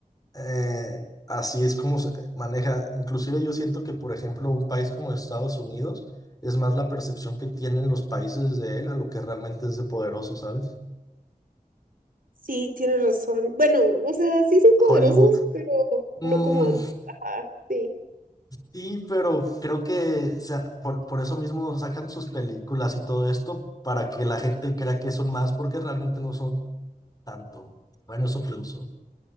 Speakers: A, on the left; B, on the right.
A: eh, así es como se maneja. Inclusive yo siento que, por ejemplo, un país como Estados Unidos es más la percepción que tienen los países de él a lo que realmente es de poderoso, ¿sabes?
B: Sí, tienes razón. Bueno, o sea, sí son
A: Hollywood.
B: poderosos, pero
A: Mm,
B: no como antes. Ajá, sí,
A: sí, pero creo que o sea, por, por eso mismo sacan sus películas y todo esto para que la gente crea que son más porque realmente no son tanto. Bueno, eso pienso.